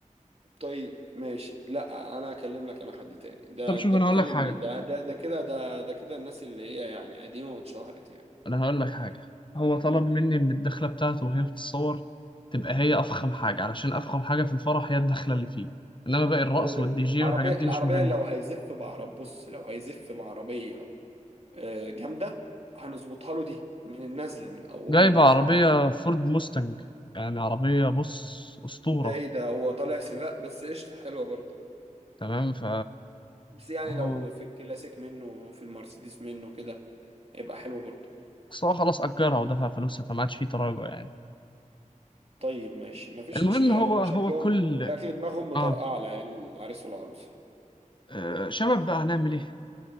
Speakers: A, on the right; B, on the left.
A: طيب ماشي لا انا اكلم لك انا حد تاني ده
B: طب شوف
A: انت
B: أنا
A: بتكلم
B: هقول لك حاجة
A: مين ده ده ده كده ده ده كده الناس اللي هي يعني قديمة واتشهرت يعني
B: أنا هقول لك حاجة هو طلب
A: مم.
B: مني إن الدخلة بتاعته وهي بتتصور تبقى هي أفخم حاجة علشان أفخم حاجة في الفرح هي الدخلة اللي فيه إنما باقي الرقص
A: هو ج-
B: والدي جي
A: عربية
B: والحاجات دي
A: العربية
B: مش مهمة
A: لو هيزف بعرب بص لو هيزف بعربية آه، جامدة هنظبطها له دي من النازلة من او
B: جايب
A: هو نازل
B: عربية
A: عارف
B: فورد موستنج يعني عربية بص أسطورة
A: ده ايه ده هو طالع سباق بس قشطة حلوة برضه
B: تمام ف
A: بس يعني
B: هو
A: لو في الكلاسيك منه في المرسيدس منه كده هيبقى حلو برضه
B: اصل هو خلاص اجرها ودفع فلوسها فما عادش فيه تراجع يعني
A: طيب ماشي مفيش
B: المهم
A: مشكلة
B: هو
A: هما
B: هو
A: شكلهم
B: كل
A: شكل دماغهم مطرقعة
B: اه
A: العيال العريس والعروسة
B: آه، شباب بقى هنعمل ايه